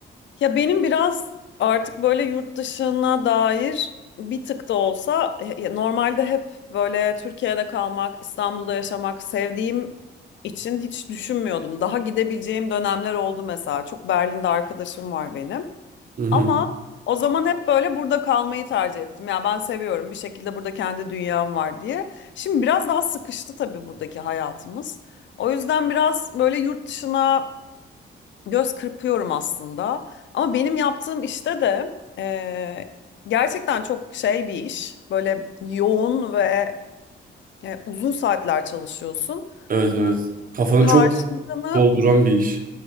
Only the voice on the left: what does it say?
Ya benim biraz artık böyle yurt dışına dair bir tık da olsa he- normalde hep böyle Türkiye'de kalmak, İstanbul'da yaşamak sevdiğim için hiç düşünmüyordum. Daha gidebileceğim dönemler oldu mesela. Çok Berlin'de arkadaşım var benim.
Ama o zaman hep böyle burada kalmayı tercih ettim. Ya ben seviyorum bir şekilde burada kendi dünyam var diye. Şimdi biraz daha sıkıştı tabii buradaki hayatımız. O yüzden biraz böyle yurt dışına göz kırpıyorum aslında. Ama benim yaptığım işte de eee, gerçekten çok şey bir iş. Böyle yoğun ve e, uzun saatler çalışıyorsun.
Karşılığını